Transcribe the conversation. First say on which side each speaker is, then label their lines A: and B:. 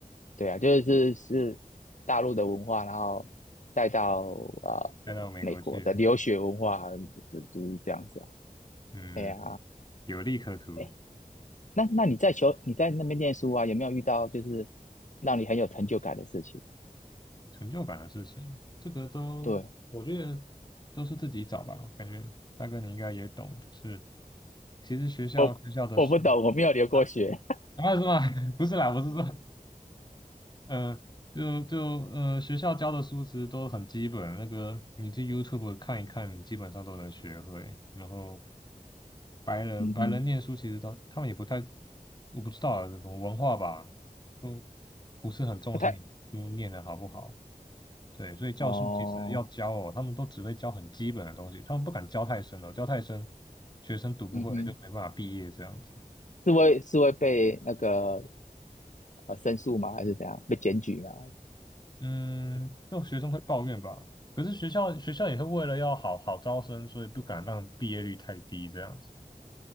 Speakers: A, on the left; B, on the left.
A: 对啊，就是是大陆的文化，然后带到呃美国的留学文化，
B: 带到美国去了
A: 就就是这样子啊。
B: 嗯，
A: 哎呀、
B: 有利可图。
A: 哎，那那你在求你在那边念书啊，有没有遇到就是让你很有成就感的事情？
B: 成就感的事情，这个都我觉得
A: 对，
B: 都是自己找吧。感觉大哥你应该也懂，就是其实学校学校的书
A: 我我不懂，我没有留过学，
B: 啊啊是吗？<laughs> 不是啦，我是说，呃，就就呃学校教的书其实都很基本，那个你去 YouTube 看一看，你基本上都能学会。然后白人白人念书其实他他们也不太，
A: <laughs> 嗯哼，
B: 我不知道啊，这种文化吧，都不是很重视你书念的好不好。
A: 不太
B: 对，所以教训其实要教哦，
A: 哦，
B: 他们都只会教很基本的东西，他们不敢教太深了，教太深，学生读不会就没办法毕业这样子。
A: 嗯哼，是会是会被那个呃申诉吗？还是怎样？被检举吗？
B: 嗯，就学生会抱怨吧，可是学校学校也会为了要好好招生，所以不敢让毕业率太低这样子。